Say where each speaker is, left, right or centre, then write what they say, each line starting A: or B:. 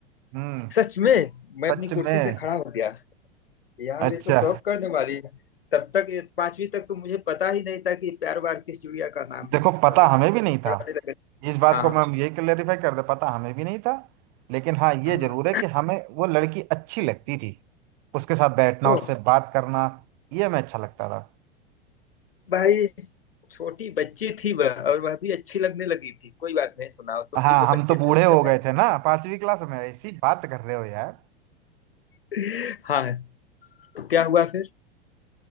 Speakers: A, on the right; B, on the left.
A: हम्म
B: सच में मैं
A: सच
B: अपनी कुर्सी
A: में
B: से खड़ा हो गया यार
A: अच्छा
B: ये तो शौक करने वाली है तब तक ये पांचवी तक तो मुझे पता ही नहीं था कि प्यार वार किस चिड़िया का नाम
A: देखो
B: है
A: पता
B: और तुम
A: हमें
B: पकड़ाने
A: भी नहीं था
B: लगे
A: इस बात
B: हाँ
A: को
B: हाँ
A: मैं हम यही क्लेरिफाई कर दे पता हमें भी नहीं था लेकिन हाँ ये
B: हाँ।
A: जरूर है कि हमें वो लड़की अच्छी लगती थी उसके साथ बैठना
B: ओह
A: उससे बात करना ये हमें अच्छा लगता था
B: भाई छोटी बच्ची थी वह और वह भी अच्छी लगने लगी थी कोई बात नहीं सुनाओ तुम
A: हाँ
B: भी तो
A: हम
B: बच्चे
A: तो बूढ़े
B: थे उस
A: हो
B: समय
A: गए थे ना पांचवी क्लास में ऐसी बात कर रहे हो यार
B: <laughs> हाँ तो क्या हुआ फिर